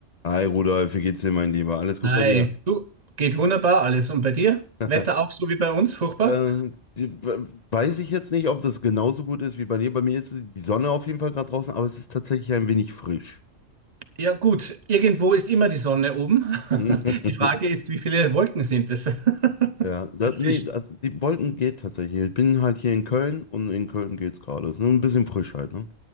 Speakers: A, on the left; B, on the right.
A: Hi Rudolf, wie geht's dir, mein Lieber? Alles gut
B: Hi,
A: bei dir?
B: du, geht wunderbar alles. Und bei dir?
A: <laughs>
B: Wetter auch so wie bei uns, furchtbar?
A: äh, weiß ich jetzt nicht, ob das genauso gut ist wie bei dir. Bei mir ist die Sonne auf jeden Fall gerade draußen, aber es ist tatsächlich ein wenig frisch.
B: Ja, gut, irgendwo ist immer die Sonne oben. <laughs>
A: <laughs>
B: Die Frage ist, wie viele Wolken sind es <laughs>
A: Ja, da,
B: dazwischen?
A: nee, also die Wolken geht tatsächlich. Ich bin halt hier in Köln und in Köln geht's gerade. Ist nur ein bisschen frisch halt, ne?